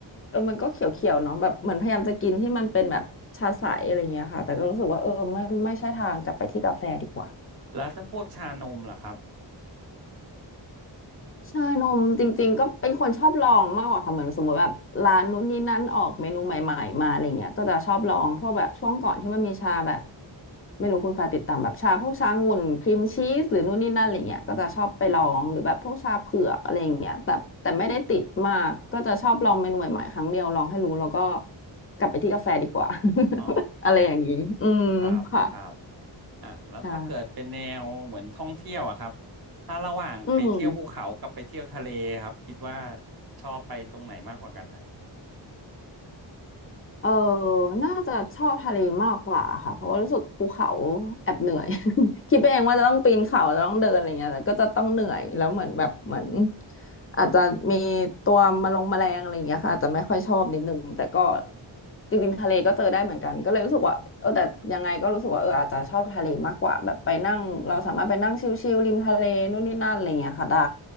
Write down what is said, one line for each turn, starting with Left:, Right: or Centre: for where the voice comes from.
Left: เออมันก็เขียวๆเนาะแบบเหมือนพยายามจะกินที่มันเป็นแบบชาใสอะไรเงี้ยค่ะแต่ก็รู้สึกว่าเออไม่ไม่ใช่ทางกลับไปที่กาแฟดีกว่า
Right: แล้วถ้าพวกชานมล่ะครับ
Left: ชานมจริงๆก็เป็นคนชอบลองมากกว่าค่ะเหมือนสมมติแบบร้านนู้นนี่นั่นออกเมนูใหม่ๆมาอะไรเงี้ยก็จะชอบลองเพราะแบบช่วงก่อนที่มันมีชาแบบไม่รู้คุณฟ้าติดตามแบบชาพวกชางุ่นครีมชีสหรือนู่นนี่นั่นอะไรเงี้ยก็จะชอบไปลองหรือแบบพวกชาเผือกอะไรเงี้ยแต่แต่ไม่ได้ติดมากก็จะชอบลองเมนูใหม่ๆครั้งเดียวลองให้รู้แล้วก็
Right: อืม
Left: กลับไปที่กาแฟดีกว่า
Right: อ๋อ
Left: <laughs> อะไรอย่างนี้อืมค่ะ
Right: ครับครับ อ่ะแล้วถ้าเกิดเป็นแนวเหมือนท่องเที่ยวอะครับ
Left: ใช่
Right: ถ้าระหว่างไปเที่ยวภูเขากับไปเที่ยวทะเลครับคิดว่า
Left: อืม
Right: ชอบไปตรงไหนมากกว่ากันครับ
Left: เออน่าจะชอบทะเลมากกว่าค่ะ เพราะว่ารู้สึกภูเขาแอบเหนื่อย <laughs> คิดไปเองว่าจะต้องปีนเขาจะต้องเดินอะไรเงี้ยแต่ก็จะต้องเหนื่อยแล้วเหมือนแบบเหมือนอาจจะมีตัวมาลงแมลงอะไรเงี้ยค่ะอาจจะไม่ค่อยชอบนิดนึงแต่ก็จริงๆทะเลก็เจอได้เหมือนกันก็เลยรู้สึกว่าเออแต่ยังไงก็รู้สึกว่าเอออาจจะชอบทะเลมากกว่าแบบไปนั่งเราสามารถไปนั่งชิลๆริมทะเลนู่นนี่นั่นอะไรเงี้ยค่ะได้